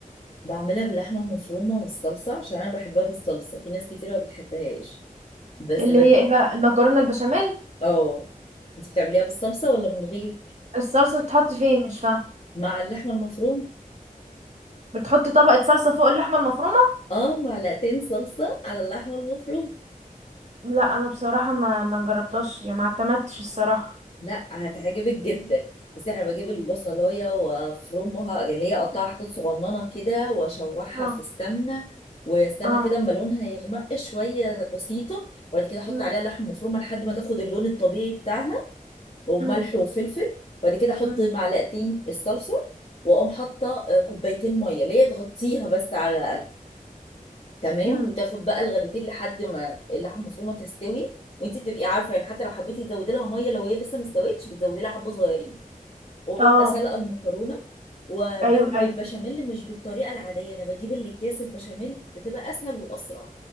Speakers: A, on the left; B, on the right.
A: بعملها باللحمه المفرومه والصلصه عشان انا بحبها بالصلصه في ناس كتير ما بتحبهاش بس
B: اللي
A: بج...
B: هي ايه بقى المكرونه البشاميل
A: اه انت بتعمليها بالصلصه ولا من غير
B: الصلصه بتحط فين مش فاهمه
A: مع اللحمه المفرومه
B: بتحط طبقه صلصه فوق اللحمه المفرومه
A: اه معلقتين صلصة على اللحمة المفروم
B: لا انا بصراحه ما ما جربتهاش يعني ما اعتمدتش الصراحه
A: لا هتعجبك جدا بس انا بجيب البصلاية وافرمها اللي هي اقطعها حتت صغننة كده واشوحها
B: اه
A: في السمنة واستنى
B: اه
A: كده اما لونها يغمق شوية بسيطة وبعد كده احط
B: أم،
A: عليها اللحمة المفرومة لحد ما تاخد اللون الطبيعي بتاعها وملح
B: أم،
A: وفلفل وبعد كده احط
B: أم،
A: معلقتين الصلصة واقوم حاطة آه، كوبايتين مية اللي هي تغطيها بس على تمام
B: أم.
A: وتاخد بقى الغلوتين لحد ما اللحمه المفرومه تستوي وانت بتبقي عارفه يعني حتى لو حبيتي تزودي لها ميه لو هي لسه ما استوتش بتزودي لها حبه صغيرين وببقى
B: اه
A: سلقه المكرونه وبعمل
B: ايوه ايوه
A: البشاميل مش بالطريقه العاديه انا بجيب الاكياس البشاميل بتبقى اسهل واسرع